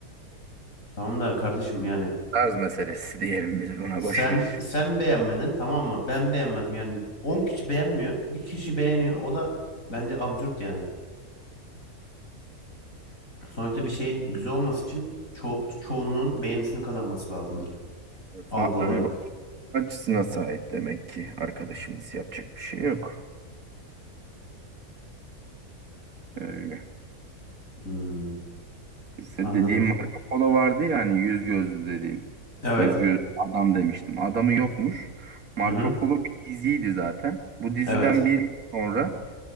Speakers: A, on the left (about 60°); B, on the right (about 70°).
A: Tamam da kardeşim yani
B: Tarz meselesi <laughs> diyelim biz buna
A: sen
B: boş ver.
A: sen beğenmedin tamam mı? Ben beğenmedim yani 10 kişi beğenmiyor. Bir kişi beğeniyor. O da bence absürt yani. Sonuçta bir şeyin güzel olması için ço çoğunluğun beğenisini kazanması lazımdır algı
B: Farklı
A: olarak.
B: bir açısına sahip demek ki arkadaşımız yapacak bir şey yok. Öyle.
A: Hmm,
B: İşte
A: anladım.
B: dediğim Marco Polo vardı ya hani yüz gözlü dediğim.
A: Evet.
B: Yüz gözlü adam demiştim. Adamı yokmuş. Marco
A: Hı hı.
B: Polo bir diziydi zaten. Bu diziden
A: Evet.
B: bir sonra